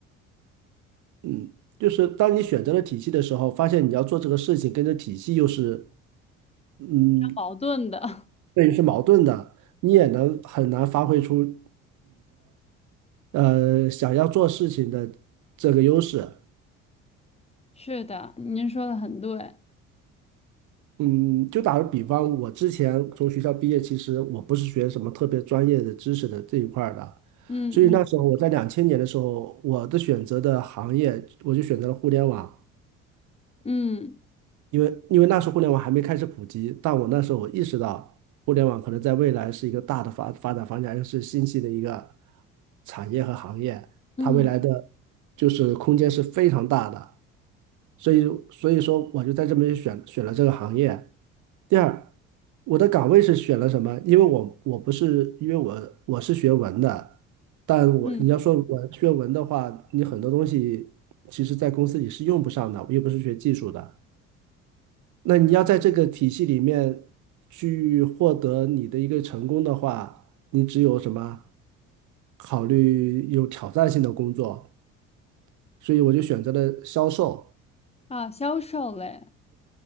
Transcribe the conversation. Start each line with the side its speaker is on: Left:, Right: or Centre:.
Right: 嗯，就是当你选择了体系的时候，发现你要做这个事情跟这体系又是嗯，
Left: 矛盾的，
Right: 对于是矛盾的，你也能很难发挥出呃想要做事情的这个优势。
Left: <laughs> 是的，您说的很对。
Right: 嗯，就打个比方，我之前从学校毕业，其实我不是学什么特别专业的知识的这一块儿的，
Left: 嗯嗯
Right: 所以那时候我在两千年的时候，我的选择的行业，我就选择了互联网。
Left: 嗯
Right: 因为因为那时候互联网还没开始普及，但我那时候我意识到，互联网可能在未来是一个大的发发展方向，又是新兴的一个产业和行业，
Left: 嗯
Right: 它未来的就是空间是非常大的，所以所以说我就在这边选选了这个行业。第二，我的岗位是选了什么？因为我我不是因为我我是学文的，但我你要说我学文的话，
Left: 嗯。
Right: 你很多东西其实在公司里是用不上的，我又不是学技术的。那你要在这个体系里面去获得你的一个成功的话，你只有什么？考虑有挑战性的工作，所以我就选择了销售。
Left: 啊，销售类，